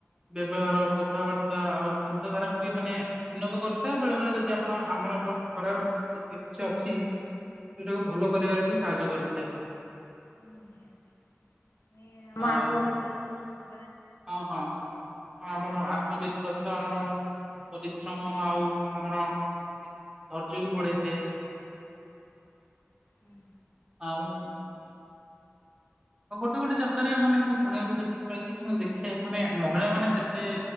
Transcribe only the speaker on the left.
ନିହାତି, ମାନେ, ଆମ
ଆତ୍ମବିଶ୍ଵାସ ଶୃଙ୍ଖ
ହୁଁ